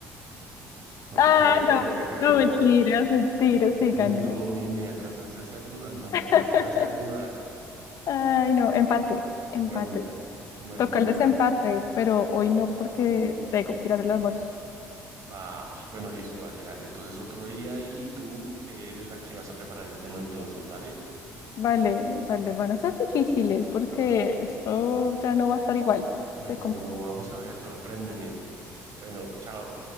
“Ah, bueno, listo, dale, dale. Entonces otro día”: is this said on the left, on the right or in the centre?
Right